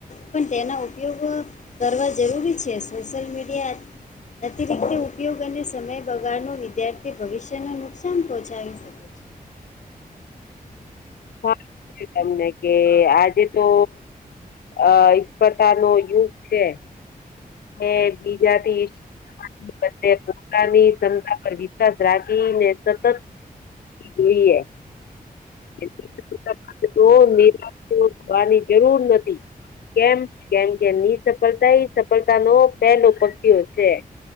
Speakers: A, on the left; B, on the left.
A: પણ તેના ઉપયોગ કરવા જરૂરી છે સોશલ મીડિયા અતિરીતે ઉપયોગ અને સમય બગાડનો વિદ્યાર્થી ભવિષ્ય ન નુકસાન પહોંચાડી શકે. છે
B: હા તમને કે આજે તો અ ઇસ પ્રકાર નો યુથ છે. એ બીજાથી બ પોતાની ક્ષમતા પર વિશ્વાસ રાખીને સતત જોઈએ. <unintelligible> <inaudible> નિરાશ <inaudible> થવાની જરૂર નથી. કેમ કેમ કે નિસફળતા એ સફળતાનો પહેલો પતયો છે.